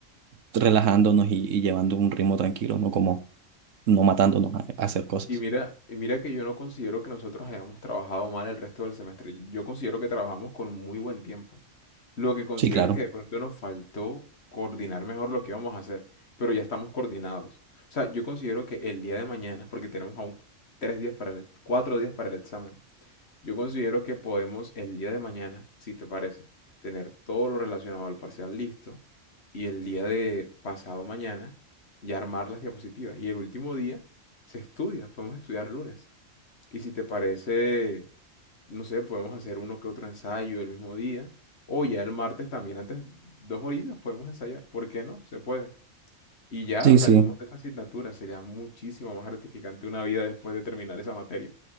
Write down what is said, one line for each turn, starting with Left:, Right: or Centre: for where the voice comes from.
Right: relajándonos y, y llevando un ritmo tranquilo, no como no matándonos a, a hacer cosas.
Left: Y mira, y mira que yo no considero que nosotros hayamos trabajado mal el resto del semestre. Yo considero que trabajamos con muy buen tiempo. Lo que considero
Right: Sí, claro.
Left: es que de pronto nos faltó coordinar mejor lo que íbamos a hacer, pero ya estamos coordinados. O sea, yo considero que el día de mañana, porque tenemos aún tres días para el, cuatro días para el examen, yo considero que podemos el día de mañana, si te parece, tener todo lo relacionado al parcial listo y el día de pasado mañana ya armar las diapositivas. Y el último día se estudia, podemos estudiar lunes. Y si te parece, no sé, podemos hacer uno que otro ensayo el mismo día o ya el martes también antes, dos horitas podemos ensayar. ¿Por qué no? Se puede. Y ya
Right: Sí, sí,
Left: salimos de esa asignatura. Sería muchísimo más gratificante una vida después de terminar esa materia.